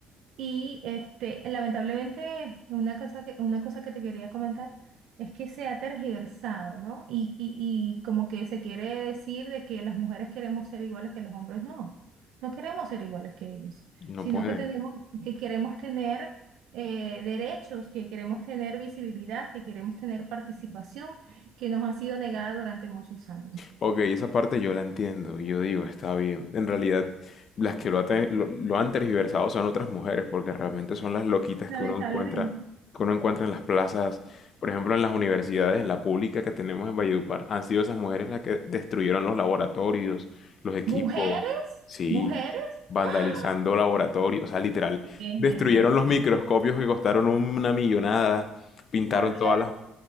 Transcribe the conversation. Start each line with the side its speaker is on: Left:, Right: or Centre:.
Right: Y este, lamentablemente, una cosa que, una cosa que te quería comentar es que se ha tergiversado, ¿no? Y, y, y como que se quiere decir de que las mujeres queremos ser iguales que los hombres. No, no queremos ser iguales que ellos,
Left: No
Right: sino
Left: pueden.
Right: que tenemos, que queremos tener eh, derechos, que queremos tener visibilidad, que queremos tener participación, que nos ha sido negada durante muchos años.
Left: Ok, esa parte yo la entiendo y yo digo, está bien. En realidad, las que lo, ha te- lo- lo han tergiversado son otras mujeres porque realmente son las loquitas
Right: Lamentablemente.
Left: que uno encuentra, que uno encuentra en las plazas, por ejemplo, en las universidades, en la pública que tenemos en Valledupar. Han sido esas mujeres las que destruyeron los laboratorios, los equipos,
Right: Mujeres,
Left: sí,
Right: mujeres.
Left: vandalizando
Right: ¡ah!
Left: laboratorios, o sea, literal,
Right: ¿Qué es
Left: destruyeron los
Right: eso?
Left: microscopios que costaron una millonada, pintaron
Right: ¿Por qué
Left: todas
Right: hacen
Left: las